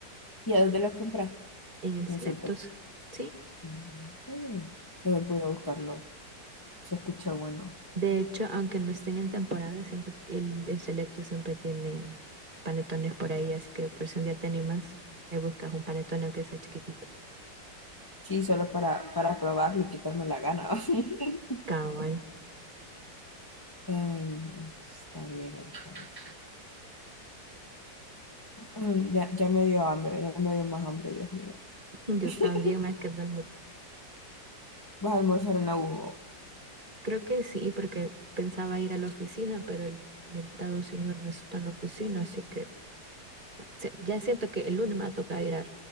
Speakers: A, on the left (about 25°); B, on the right (about 30°).
A: a dónde lo compras?
B: En el Selectos,
A: En el súper.
B: sí.
A: Mm, Se me voy a buscarlo. Se escucha bueno.
B: De hecho, aunque no estén en temporada, siempre el, el Selecto siempre tiene panetones por ahí. Así que por si un día te animas, ahí buscas un panetone que sea chiquitito.
A: Sí, solo para, para probarlo y quitarme la gana. <laughs>
B: Cabal.
A: Ay, no, está bien entonces. Mm, Ya, ya me dio hambre, ya me dio más hambre, Dios mío.
B: Yo
A: <laughs>
B: también, más que no he
A: ¿Vas a almorzar en la U?
B: Creo que sí, porque pensaba ir a la oficina, pero el mentado señor no está en la oficina, así que se- ya siento que el lunes me va a tocar ir a,